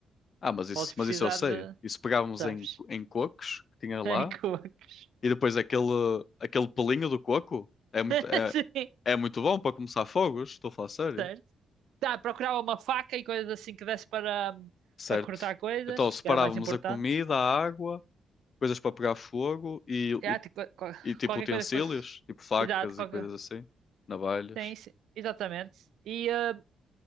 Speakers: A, on the left (about 45°); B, on the right (about 85°).
A: Ah, mas isso,
B: Podes precisar
A: mas isso eu sei.
B: de,
A: Isso pegávamos
B: sabes?
A: em, em cocos que tinha lá
B: Em cocos.
A: e depois aquele, aquele pelinho do coco é
B: <laughs>
A: muito, é,
B: Sim,
A: é muito bom para começar fogos, estou a falar sério.
B: certo. Tá, procurava uma faca e coisas assim que desse para,
A: Certo.
B: para cortar coisas,
A: Então separávamos
B: que era o mais importante.
A: a comida, a água, coisas para pegar fogo e,
B: É,
A: o,
B: tipo, qual-
A: e tipo
B: qualquer
A: utensílios,
B: coisa que fosse.
A: tipo facas
B: Exato, qualquer.
A: e coisas assim, navalhas.
B: Sim, sim, exatamente. E eh,